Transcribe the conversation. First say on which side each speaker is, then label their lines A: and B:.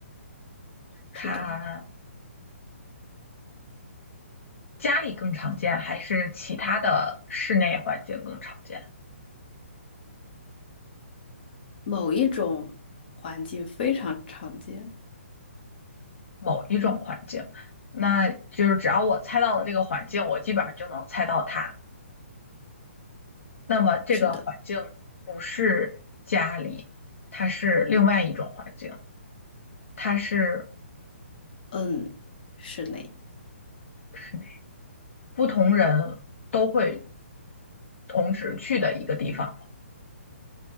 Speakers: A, on the left; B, on the left.
A: 是的，
B: 它家里更常见，还是其他的室内环境更常见？
A: 某一种环境非常常见。
B: 某一种环境，那就是只要我猜到了这个环境，我基本上就能猜到它。那么这个环境不是家里，
A: 是的，
B: 它是另外一种环境，它是
A: 嗯，室内，
B: 室内，不同人都会同时去的一个地方嘛，